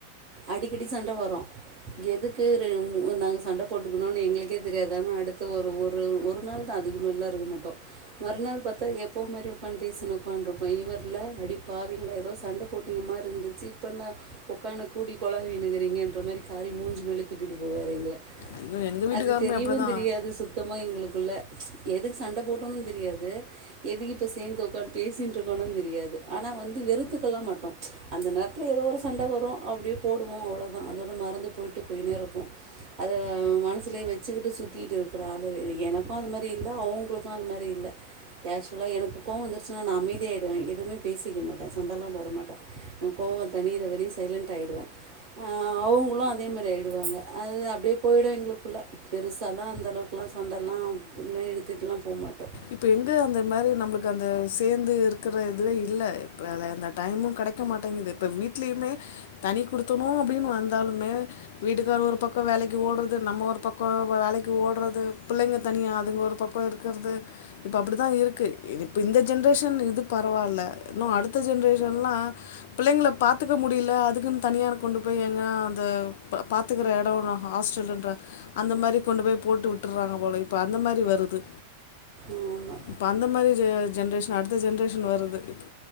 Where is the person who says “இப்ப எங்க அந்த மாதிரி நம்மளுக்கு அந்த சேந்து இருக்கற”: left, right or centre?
Left